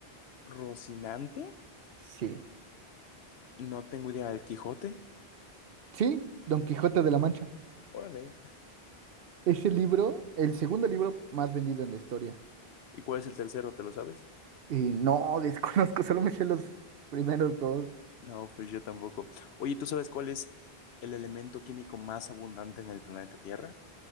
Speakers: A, on the left; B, on the right.
A: Rocinante.
B: Sí,
A: No tengo idea. ¿El Quijote?
B: sí, Don Quijote de la Mancha.
A: Órale.
B: Ese libro, el segundo libro más vendido en la historia.
A: ¿Y cuál es el tercero? ¿Te lo sabes?
B: Y no, desconozco, <laughs> solo me sé los primeros dos.
A: No, pues yo tampoco. Oye, ¿tú sabes cuál es el elemento químico más abundante en el planeta Tierra?